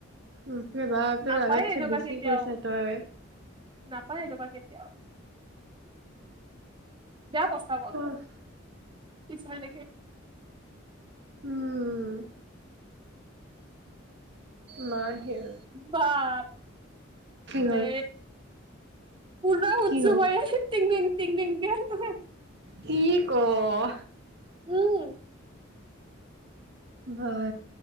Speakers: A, on the right (about 60°); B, on the right (about 25°).
A: বাপৰে বা তই
B: নাপায়ে
A: লাগাতছে
B: এনেকুৱা
A: বছি
B: কেতিয়াও
A: কৈছা তই।
B: নাপায় এনেকুৱা কেতিয়াও। বেয়া প্ৰস্তাৱত
A: উফ
B: ষ্টটাইল দেখি।
A: উম, মা আহিল।
B: বাপৰে।
A: হ'ল?
B: পূৰা শুনছো
A: কি হ'ল
B: মই তিংদিং তিংদিংক কৰে।
A: কি কও?
B: উম।
A: বা